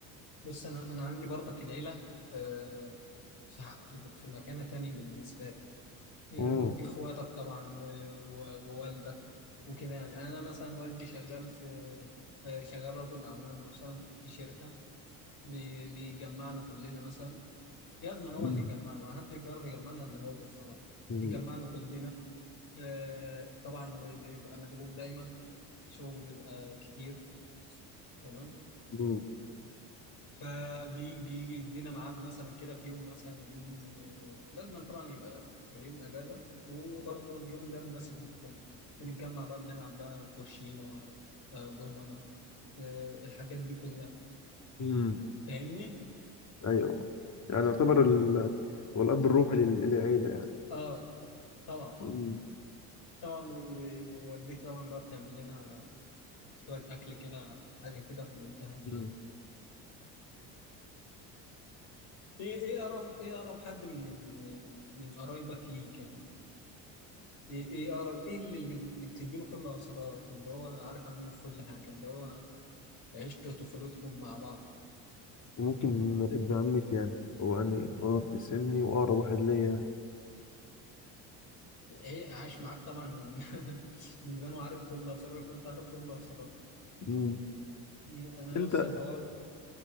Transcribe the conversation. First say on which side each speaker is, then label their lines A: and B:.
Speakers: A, on the left (about 55°); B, on the left (about 40°).
A: بص انا انا عندي برضك العيله آه، في ح- في في مكانه تانية بالنسبه لي
B: مم.
A: آم، اخواتك طبعا و- و- ووالدك وكده يعني انا مثلا والدي شغال في آه، شغال رجل اعمال مثلا في شركه بي- بيجمعنا كلنا مثلا لازم هو
B: مم.
A: اللي يجمعنا ما حدش بيعرف يجمعنا اللي هو الصراحه
B: مم.
A: يجمعنا كلنا آه، طبعا بيبقى مشغول دايما شغل بيبقى كتير تمام
B: مم.
A: فبيجي يدينا ميعاد مثلا كده في يوم مثلا يوم آه، لازم طبعا يبقى في يوم اجازه وبرضه اليوم ده ماسك بالكل بنتجمع بقى بنلعب بقى كوتشينه آه، دومنه آه، الحاجات دي كلها
B: مم.
A: فاهمني؟
B: أيوه يعني يعتبر ال... هو الأب الروحي لل- للعيلة يعني
A: اه طبعا
B: مم.
A: طبعا ووالدتي طبعا بقى بتعمل لنا شويه اكل كده حاجه كده في منتهى ال-
B: مم.
A: ال- ايه ايه اقرب ايه اقرب حد من من قرايبك ليك يعني ايه ايه أقرب- ايه اللي اللي بت- اللي بتديله كل اسرارك اللي هو عارف عنك كل حاجه اللي هو عشتوا طفولتكم مع بعض
B: ممكن ابن عمتي يعني هو يعني أقرب في سني وأقرب واحد ليا يعني.
A: ايه عايش معاك طبعا من <laughs> من زمان وعارف كل اسرارك وانت عارف كل اسرارك
B: مم.
A: انا
B: أنت
A: نفس الحوار